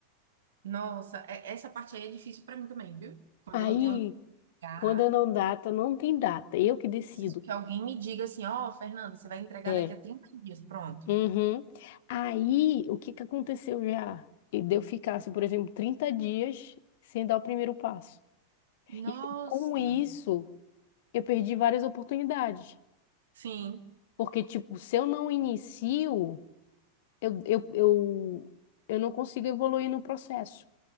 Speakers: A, on the right; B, on the left.
A: nossa, é- essa parte aí é difícil para mim também, viu? Quando
B: Aí,
A: eu não tenho onde entregar,
B: quando eu não data, não tem data, eu que decido.
A: eu preciso que alguém me diga assim: ó, Fernanda, você vai entregar
B: É,
A: daqui a 30 dias, pronto.
B: Uhum. Aí, o que que aconteceu já? E de Eu ficasse, por exemplo, 30 dias sem dar o primeiro passo.
A: Nossa,
B: E com isso, eu perdi várias oportunidades.
A: sim.
B: Porque, tipo, se eu não inicio, eu, eu, eu, eu não consigo evoluir no processo.